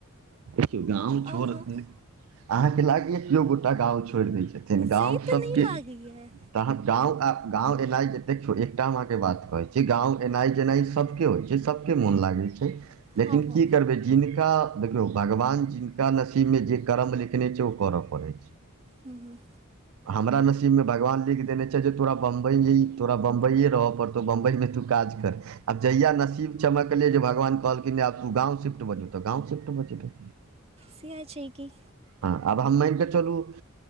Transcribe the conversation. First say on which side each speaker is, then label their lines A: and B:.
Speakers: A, on the right; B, on the right.
A: देखियौ गांव छोड़
B: आउ
A: अहाँ
B: गाँव
A: के लागय केहो गोटा गांव छोड़ दऽ छै छथिन गाँव
B: से तऽ
A: सबके
B: नहि लागैए
A: तऽ अहाँ गाँव गाँ एनाइ जे देखियौ एकटा हम अहाँ के बात कहैत छी गाँ एनाइ जेनाइ सभ के होइ छै सभ के मोन लागै छै लेकिन
B: हँ हँ
A: की करबै जिनका देखियौ भगवान जिन का नसीब में जे कर्म लिखने छै ओ करऽ पड़ैत छै
B: हँ हँ
A: हमरा नसीब में भगवान लिख देने छै जे तोरा बंबई तोरा बंबई ये रह परतो तो बंबई में काज कर आब जहिया नसीब चमकलै जे भगवान कहलखिन आब तू गांव शिफ्ट भऽ जो तऽ गांव शिफ्ट भऽ जैबै
B: सी आइच की
A: हँ आब हम मान केे चलूब